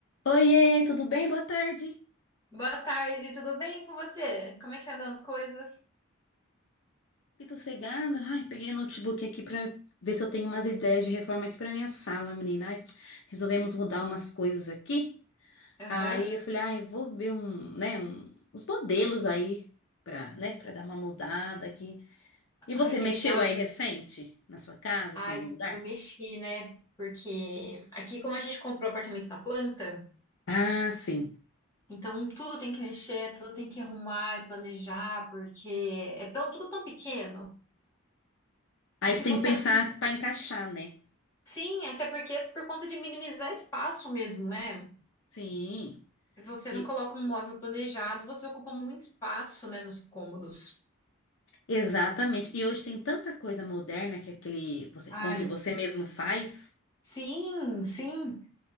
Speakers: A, on the left (about 65°); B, on the left (about 15°).
A: Oiê, tudo bem? Boa tarde.
B: Boa tarde, tudo bem com você? Como é que andam as coisas?
A: Que sossegada. Ai, peguei o notebook aqui pra ver se eu tenho umas ideias de reforma aqui pra minha sala, menina. Ai, resolvemos mudar umas coisas aqui.
B: Aham.
A: Aí eu falei, ai, eu vou ver um, né, um, uns modelos aí pra, né, para dar uma mudada aqui. E você
B: Ai, que
A: mexeu
B: legal.
A: aí recente na sua casa,
B: Ai,
A: assim, em algum lugar?
B: eu mexi, né? Porque aqui, como a gente comprou apartamento na planta,
A: Ah, sim.
B: então tudo tem que mexer, tudo tem que arrumar e planejar, porque é tão, tudo tão pequeno
A: Aí
B: que se
A: você tem
B: você
A: que pensar
B: não.
A: pra encaixar, né?
B: Sim, até porque é por conta de minimizar espaço mesmo, né?
A: Sim.
B: Se você
A: E-
B: não coloca um móvel planejado, você ocupa muito espaço, né, nos cômodos.
A: exatamente. E hoje tem tanta coisa moderna que aquele você
B: Ai,
A: compra e você mesmo faz.
B: sim, sim.